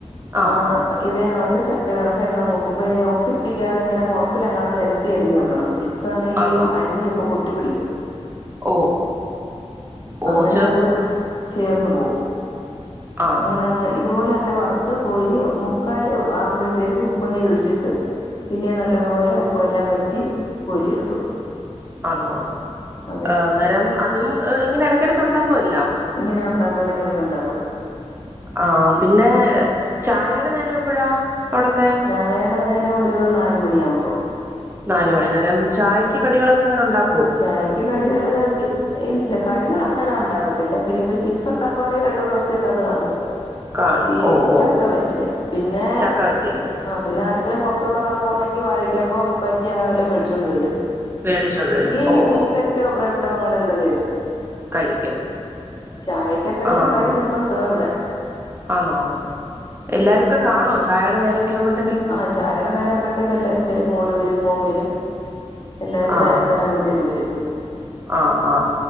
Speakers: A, on the right; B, on the left.
A: ആഹ്
B: ആ ഇതേ കണ അത് ചക്കരണംക്ക എണ്ണ മൂക്കുമ്പോ ഇതിനെ ഒട്ടിപ്പടിക്കാതെ ഇങ്ങെ മുറത്തിത്തിലെങ്ങാണം നിരത്തി അരിഞ്ഞു വെക്കണം ചിപ്സ് ആനങ്കിൽ
A: ആന്നോ?
B: താക്ബോ ഓട്ടി പിടിക്കും
A: ഓ ഓ
B: അങ്ങനെ
A: ചെ
B: അത് ചേർന്ന് പോകും
A: ആഹ്.
B: അങ്ങനെ അങ് ഇതുപോലെ തന്നെ വറുത്ത് കോരി മുക്കാൽ ആവുമ്പോഴത്തേക്ക് ഉപ്പ്നീര് ഒഴിച്ചിട്ട് പിന്നെ നല്ലതുപോലെ ഉപ്പെല്ലാം പറ്റി കോരിയെടുക്കും
A: ആന്നോ
B: അതെ
A: ആ അന്നേരം അതും ഇങ്ങനെ ഇടക്കടക്ക് ഉണ്ടാക്ക ക്കുല്ലെ
B: ഇങ്ങനെ ഉണ്ടാക്കും ഇടക്കിടക്ക് ഉണ്ടാക്കും
A: അ
B: ചി
A: പിന്നെ ചായടെ നേര എപ്പഴാ അവിടൊക്കെ?
B: ചായയുടെ നേരം ഒരു നാൽ മണിയ ആവുമ്പോ
A: നാല് മണി നേരം ചായയ്ക്ക് കടികളൊക്കെങ്ങെനെ ഉണ്ടാ
B: ചായക്ക് കടികള് ഇല്ല കടികൾ അങ്ങനെ ഉണ്ടാകത്തില്ല പിന്ന ഇപ്പൊ ചിപ്സ്ണ്ടാക്കവാ രണ്ടൂ ദിവത്തക്ക അത് കാണുമല്ലോ
A: കാണും.
B: ഈ
A: ഓ ഓ
B: ചക്കവറ്റില് പിന്നെ
A: ചക്ക വറ്റില്
B: പിന്നെ ആരെങ്കിലുംറത്ത് ത്ത് കാണുമ്പോ ഒന്നങ്കിൽ വഴക്കപ്പം ബജി അങ്ങനെവല്ലതും മേടിച്ചൊണ്ട് വരും
A: മേടിച്ചുകൊണ്ട് വരും
B: ഇ
A: ഓ
B: ബിസ്ക്കറ്റോ
A: ഓ
B: ബ്രെഡോ അങ്ങനെ എന്തെങ്കിലും
A: കഴിക്കും
B: ചായക്ക് എന്തെങ്കിലും
A: ആഹ്
B: കടി നിർബന്ധോ ഇവിടെ
A: ആന്നോ എല്ലാരും ഒക്കെ കാണോ ചായയുടെ നേരമൊക്കെ ആവുബായി
B: ആചായയുടെ നേരാമ്പോഴത്തേക്ക് എല്ലാരും വരും മോൾ വരും മോൻ വരും എല്ലാരും
A: അ
B: ചായയുടെ നേരം ആവുമ്പഴത്തേക്ക് വരും
A: അ അ